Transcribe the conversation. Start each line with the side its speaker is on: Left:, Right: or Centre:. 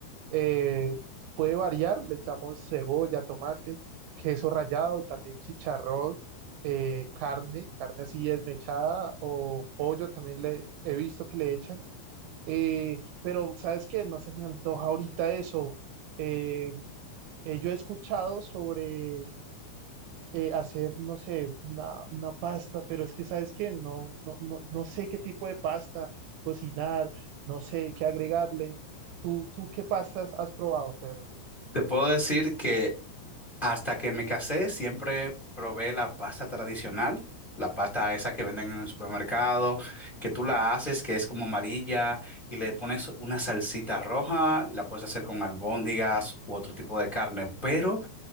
Right: Eh, puede variar, le echamos cebolla, tomate, queso rallado y también chicharrón, eh, carne, carne así desmechada o pollo también le he visto que le echan. Eh, pero, ¿sabes qué? No se me antoja ahorita eso. Eh, eh, yo he escuchado sobre eh, hacer, no sé, una, una pasta, pero es que, ¿sabes qué? No, no, no, no sé qué tipo de pasta cocinar, no sé qué agregarle. ¿Tú, tú qué pastas has probado, Pedro?
Left: Te puedo decir que hasta que me casé siempre probé la pasta tradicional, la pasta esa que venden en el supermercado, que tú la haces, que es como amarilla y le pones una salsita roja y la puedes hacer con albóndigas u otro tipo de carne. Pero